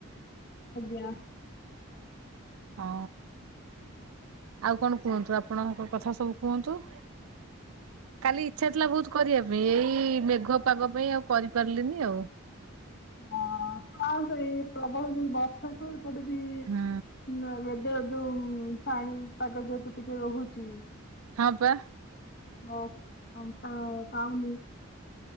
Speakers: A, on the left (about 50°); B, on the right (about 80°).
A: ଆଜ୍ଞା।
B: ହଁ ଆଉ କଣ କୁହନ୍ତୁ, ଆପଣଙ୍କ କଥା ସବୁ କୁହନ୍ତୁ? କାଲି ଇଚ୍ଛା ଥିଲା ବହୁତ୍ କରିବା ପାଇଁ ଏଇ ମେଘୁଆ ପାଗ ପାଇଁ ଆଉ କରିପାରିଲିନି ଆଉ।
A: ହଁ- ହଁ ଆଉ ସେଇ ପ୍ରବଳ ଯୋଉ ବର୍ଷାକୁ ଏପଟେ ବି
B: ହୁଁ
A: <unintelligible> ଯୋଉ ପାଣି ପାଗ ଯେହେତୁ ଟିକେ ରହୁଛି।
B: ହଁ ପା।
A: ହଁ <unintelligible>